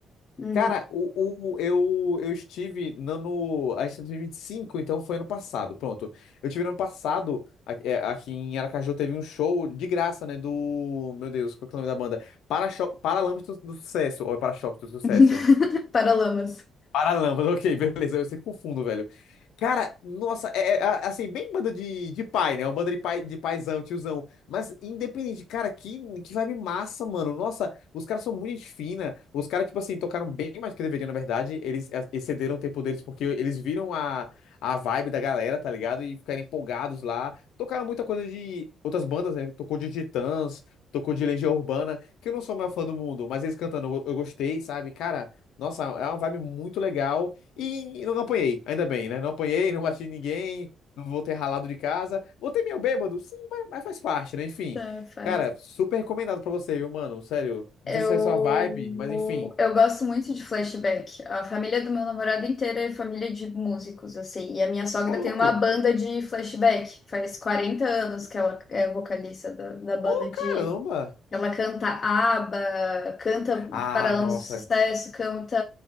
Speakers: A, on the left; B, on the left.
A: Uhum.
B: Cara, o, o- eu, eu estive no, no. A gente tá em dois mil e vinte e cinco então foi ano passado. Pronto. Eu estive no ano passado, a- é, aqui em Aracaju, teve um show de graça, né? Do. Meu Deus, qual que é o nome da banda? Para-choque, Paralamas do, do Sucesso. Ou é Para-choque do Sucesso?
A: <laughs> Paralamas.
B: Paralâmpada, ok, beleza. Eu sempre confundo, velho. Cara, nossa, é, é, a- assim, bem banda de, de pai, né? Uma banda de pai, de paizão, tiozão. Mas independente, cara, que, que vibe massa, mano. Nossa, os caras são muito gente fina. Os caras, tipo assim, tocaram bem mais do que deveriam, na verdade. Eles eh, excederam o tempo deles porque eles viram a, a vibe da galera, tá ligado? E ficaram empolgados lá. Tocaram muita coisa de outras bandas, né? Tocou de Titãs, tocou de Legião Urbana, que eu não sou o maior fã do mundo, mas eles cantando eu, eu gostei, sabe? Cara, nossa, é uma vibe muito legal. E não apanhei, ainda bem, né? Não apanhei, não bati em ninguém, não vou ter ralado de casa. Voltei meio bêbado, sim, mas, mas faz parte, né? Enfim.
A: É, faz.
B: Cara, super recomendado pra você, viu, mano? Sério. Não
A: Eu,
B: sei se é sua vibe, mas enfim.
A: eu gosto muito de flashback. A família do meu namorado inteira é família de músicos, assim. E a minha sogra
B: Ô, louco.
A: tem uma banda de flashback. Faz 40 anos que ela é vocalista da, da banda
B: Ô,
A: de
B: caramba.
A: Ela canta ABBA, canta
B: Ah,
A: Paralamas
B: nossa.
A: do Sucesso, canta